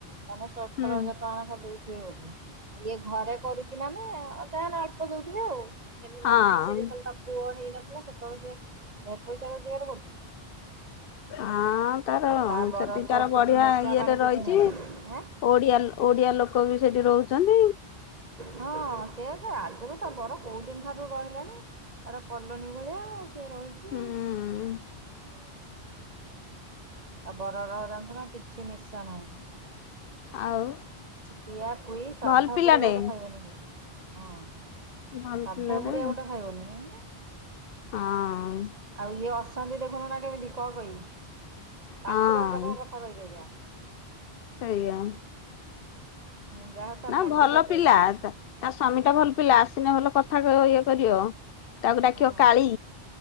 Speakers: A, on the right (about 40°); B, on the left (about 65°).
A: ତମୁକୁ ସତର
B: ହୁଁ
A: ହଜାର ଟଙ୍କା ଲେଖା ଦଉ ଥିବେ ବୋଧେ ଇଏ ଘରେ କରୁଚି ମାନେ ଅ ଅ ଯାହା ହେନେ ଅଳ୍ପ ଦଉଥିବେ ଆଉ। କିନ୍ତୁ
B: ହଁ।
A: ନନା ହେଇ ସିଏ ଯେତେବେଳେ ତା ପୁଅ ହେଇନଥିଲା ସେତେବେଳେ ସିଏ ଢେର ପଇସା ରୋଜଗାର କରୁଛି।
B: ହ। ହଁ ତାର
A: ଆଉ
B: କଁ
A: ତା ବର
B: ସେଠି
A: ତ
B: ତାର
A: କିଛି
B: ବଢିଆ
A: ନିଶା
B: ଇଏରେ
A: ପାଣି କିଛି
B: ରହିଚି
A: ନାହିଁ ଆଁ।
B: ଓଡିଆ ଲୋ ଓଡିଆ ଲୋକ ବି ସେଠି ରହୁଛନ୍ତି।
A: ହଁ ସେଇଆ ସେ ଆଗୁରୁ ତା ବର କୋଉ ଦିନ ଠାରୁ ରହିଲେଣି। ଆଉ ଏଟା କଲୋନୀ ଭଳିଆ ସିଏ ରହିଛି
B: ହୁଁ
A: ଆଉ ଆଉ ତା ବରର ଜାଣିଚୁ ନା କିଛି ନିଶା ନାହିଁ।
B: ଆଉ
A: କିଛି ପିଆ ପିଇ ସାଧା
B: ଭଲ ପିଲାଟେ
A: ପୁଡିଆ ଗୋଟେ ଖାଇବେନି ସିଏ। ହଁ
B: ଭଲ
A: ସାଧା
B: ପିଲାଟେ
A: ପୁଡିଆ ଗୋଟେ ଖାଇବନି ଜାଣିଲୁ ନା।
B: ହଁ।
A: ଆଉ ଇଏ ଅସନ୍ତି ଦେଖୁନୁ ନା କେମିତି କ କଇ
B: ହଁ
A: ପାଚୁ ବାହାର କରିଦବ କଥା କହି କହିକା।
B: ସେଇଆ।
A: ହୁଁ ଯାହା ତା
B: ନା
A: ଭାଗ୍ୟ
B: ଭଲ
A: ଟା ତେଜ
B: ପିଲା ତା ତା ସ୍ଵାମୀଟା ଭଲ ପିଲା ଆସିନେ ଭଲ କଥା କହିବ ଇଏ କରିବ। ତାକୁ ଡାକିବ
A: ହଁ
B: କାଳୀ